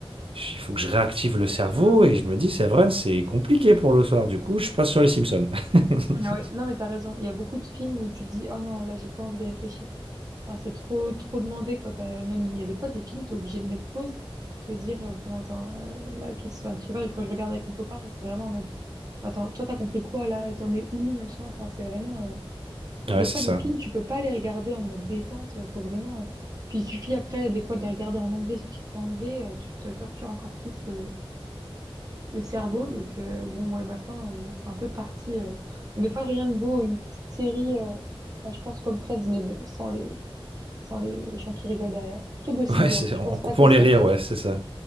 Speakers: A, on the right; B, on the right.
A: il faut que je réactive le cerveau
B: Mm.
A: et je me dis, c'est vrai, c'est compliqué pour le soir. Du coup, je passe sur les Simpsons. <laughs>
B: Ah ouais, non mais t'as raison. Il y a beaucoup de films où tu te dis, oh non, là j'ai pas envie de réfléchir. Enfin, c'est trop, trop demandé, quoi. T'as- Même, il y a des fois, des films, t'es obligé de mettre pause, te dire, euh, bon, attends, euh, là, qu'est-ce que, enfin, je sais pas, quand je regarde avec mon copain, genre, c'est vraiment en mode, attends, toi, t'as compris quoi, là, et t'en es où, machin, enfin, c'est vraiment, euh, il
A: Ouais,
B: y a des
A: c'est
B: fois,
A: ça.
B: des films, tu peux pas les regarder en mode détente, euh, faut vraiment, euh, puis il suffit après, des fois, de les regarder en anglais, sous-titré anglais, euh, tu te tortures encore plus le, le cerveau, donc, euh, bon, ouais, maintenant, euh, c'est un peu parti, euh. Donc, des fois, rien de beau, une petite série, euh, enfin, je pense comme Friends, mais bon, sans les, sans les gens qui rigolent derrière. Plutôt Gossip
A: Ouais,
B: Girl.
A: c'est
B: Je
A: en
B: pense
A: en coupant
B: pas que ça
A: les rires,
B: te.
A: ouais, c'est ça.